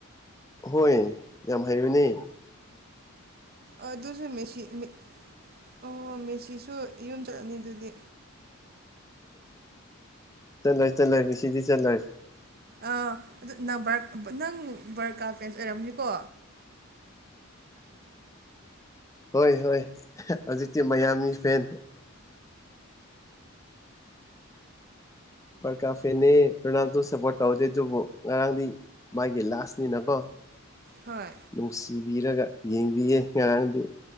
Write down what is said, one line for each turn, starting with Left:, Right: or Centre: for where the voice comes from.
Left: ꯍꯣꯏ ꯌꯥꯝ ꯍꯩꯕꯅꯦ
Right: ꯑꯗꯨꯁꯨ ꯃꯦꯁꯤ ꯃꯦ ꯑꯣ ꯃꯦꯁꯤꯁꯨ ꯌꯨꯝ ꯆꯠꯂꯅꯤ ꯑꯗꯨꯗꯤ
Left: ꯆꯠꯂꯣꯏ ꯆꯠꯂꯣꯏ ꯃꯤꯁꯤꯗꯤ ꯆꯠꯂꯣꯏ
Right: ꯑꯥ ꯑꯗꯨ ꯅꯪ ꯕ꯭ꯔꯛ ꯅꯪ ꯕ꯭ꯔꯀꯥ ꯐꯦꯟꯁ ꯑꯣꯏꯔꯝꯃꯅꯤꯀꯣ
Left: ꯍꯣꯏ ꯍꯣꯏ ꯍꯧꯖꯤꯛꯇꯤ ꯃꯌꯥꯝꯒꯤ ꯐꯦꯟ ꯄ꯭ꯔꯀꯥ ꯐꯦꯟꯅꯦ ꯔꯣꯅꯥꯜꯗꯣ ꯁꯞꯄꯣꯔ꯭ꯠ ꯇꯧꯗꯦ ꯑꯗꯨꯕꯨ ꯉꯔꯥꯡꯗꯤ ꯃꯥꯒꯤ ꯂꯥꯁꯅꯤꯅꯀꯣ
Right: ꯍꯣꯏ
Left: ꯅꯨꯡꯁꯤꯕꯤꯔꯒ ꯌꯦꯡꯕꯤꯌꯦ ꯉꯔꯥꯡꯗꯤ